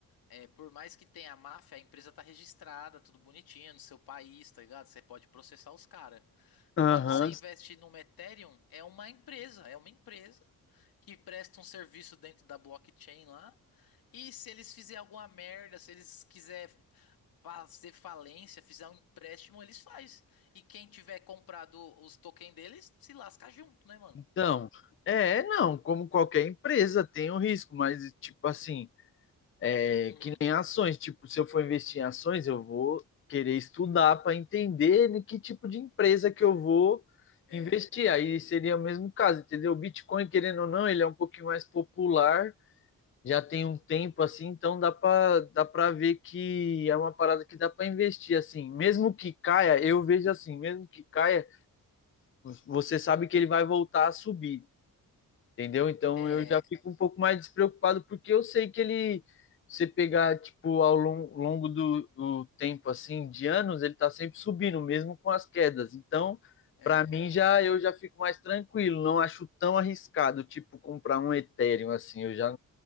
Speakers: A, on the left; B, on the left.
A: é, por mais que tenha máfia, a empresa tá registrada, tudo bonitinho no seu país, tá ligado? Você pode processar os caras.
B: Aham.
A: Quando você investe numa Ethereum, é uma empresa, é uma empresa que presta um serviço dentro da blockchain lá. E se eles fizerem alguma merda, se eles quiserem fazer falência, fizer um empréstimo, eles faz. E quem tiver comprado os tokens deles, se lasca junto, né, mano?
B: Então, é, não, como qualquer empresa tem o risco, mas, tipo assim, É,
A: Uhum.
B: que nem ações. Tipo, se eu for investir em ações, eu vou querer estudar para entender em que tipo de empresa que eu vou
A: É.
B: investir. Aí seria o mesmo caso, entendeu? O Bitcoin, querendo ou não, ele é um pouquinho mais popular, já tem um tempo assim, então dá para dá para ver que é uma parada que dá para investir assim. Mesmo que caia, eu vejo assim, mesmo que caia, você sabe que ele vai voltar a subir. Entendeu? Então
A: É,
B: eu já fico um pouco mais despreocupado, porque eu sei que ele, se pegar, tipo, ao lon- longo do, do tempo, assim, de anos, ele tá sempre subindo, mesmo com as quedas. Então,
A: é,
B: pra mim, já eu já fico mais tranquilo, não acho tão arriscado, tipo, comprar um Ethereum, assim, eu já